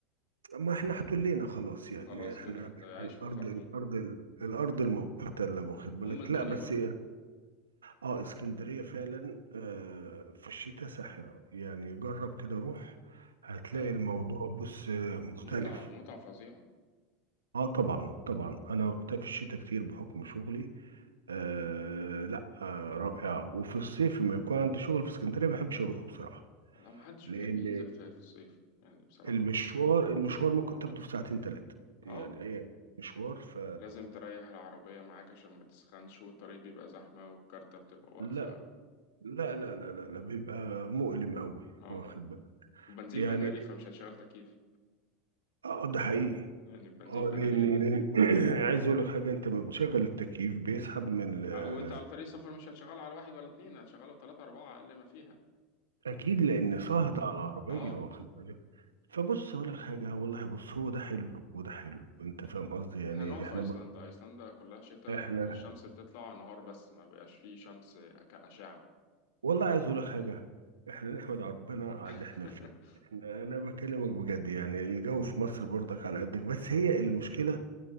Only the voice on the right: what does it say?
ما احنا احتلينا خلاص يعني
احنا
بقينا
الارض
الارض الارض المحتله واخد بالك
لا بس
هي- اه اسكندريه فعلا آه، في الشتاء ساحره يعني جرب كده روح هتلاقي
الموضوع بص آه، مختلف
اه طبعا طبعا انا وقتها في الشتاء كتير بحكم شغلي آه لا رائعه وفي الصيف لما يكون عندي شغل في اسكندريه ما بحبش اروحه بصراحه
لان
المشوار المشوار ممكن تاخده في ساعتين ثلاثة
يعني أي مشوار ف
لا لا لا لا لا, لا بيبقى مؤلم قوي
واخد بالك
يعني
اه آه، ده حقيقي
اه
لان
لأن- <clears throat> عايز اقول لك حاجه انت لما بتشغل التكييف بيسحب من ال-
اكيد لان صهد
على العربيه
واخد بالك فبص اقول لك حاجه والله بص هو ده حلو وده حلو انت فاهم قصدي يعني
احنا
احنا
والله عايز اقول لك حاجه احنا نحمد ربنا على
اللي احنا فيه احنا انا بكلمك بجد يعني الجو في مصر برضك على قدك بس هي المشكله